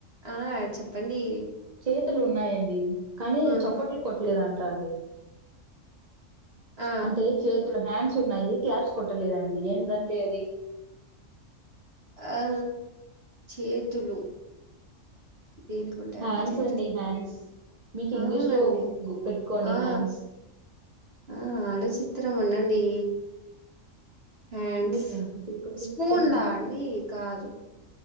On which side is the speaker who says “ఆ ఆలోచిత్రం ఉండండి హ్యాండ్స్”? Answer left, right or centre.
Right